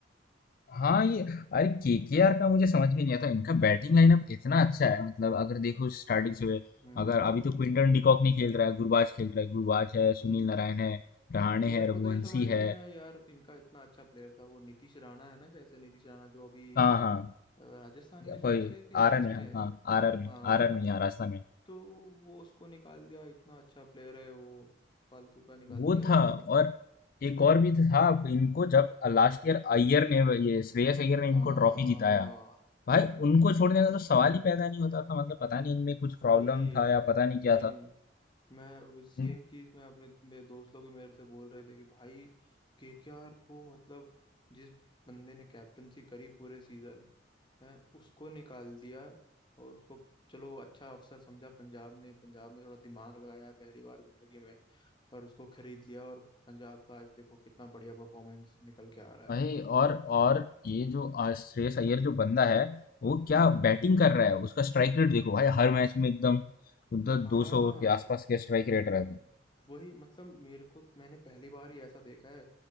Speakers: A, on the left (about 50°); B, on the left (about 25°).
A: हाँ ये अरे केकेआर का मुझे समझ में नहीं आता इनका बैटिंग लाइनअप इतना अच्छा है मतलब अगर देखो स्टार्टिंग से
B: हम्म
A: अगर अभी तो क्विंटन डिकॉक नहीं खेल रहा है गुरबाज खेल रहा है गुरबाज है
B: हम्म
A: सुनील नारायण है रहाणे
B: मेरे
A: है
B: को
A: रघुवंशी
B: तो ये समझ नहीं
A: है
B: आया यार इनका इतना अच्छा प्लेयर था वो नीतीश राणा है ना शायद से नीतीश राणा जो अभी
A: हाँ
B: अ,
A: हाँ
B: राजस्थान में शायद
A: कोई
B: से कि
A: आरन
B: किस
A: है
B: में है
A: हाँ आर आर में
B: हाँ
A: आर आर में यहाँ राजस्थान में
B: तो वो उसको निकाल दिया इतना अच्छा प्लेयर है वो फालतू का निकाल
A: वो
B: दिया
A: था
B: उसको
A: और एक और भी था इनको जब लास्ट ईयर अय्यर ने ये श्रेयस अय्यर ने
B: हाँ
A: इनको ट्रॉफी जिताया भाई उनको छोड़ने का तो सवाल ही पैदा नहीं होता था मतलब पता नहीं इनमें कुछ
B: वही
A: प्रॉब्लम था या पता नहीं
B: सेम
A: क्या था
B: मैं वो सेम
A: हम्म,
B: चीज मैं अपने मेरे दोस्त लोग भी मेरे से बोल रहे थे कि भाई केकेआर को मतलब जिस बंदे ने कैप्टनसी करी पूरे सीजन हैं, उसको निकाल दिया और उसको चलो अच्छा अफसर समझा पंजाब ने पंजाब में थोड़ा दिमाग लगाया पहली बार जिंदगी में और उसको खरीद लिया और पंजाब का आज देखो कितना बढ़िया परफॉर्मेंस निकल के आ रहा है
A: भाई और और ये जो आ, श्रेयस अय्यर जो बंदा है वो क्या
B: हम्म
A: बैटिंग कर रहा है उसका स्ट्राइक रेट देखो भाई हर मैच में एकदम उधर
B: हाँ
A: दो सौ के आसपास के स्ट्राइक रेट रहता
B: व-
A: है
B: वही मतलब मेरे को मैंने पहली बार ही ऐसा देखा है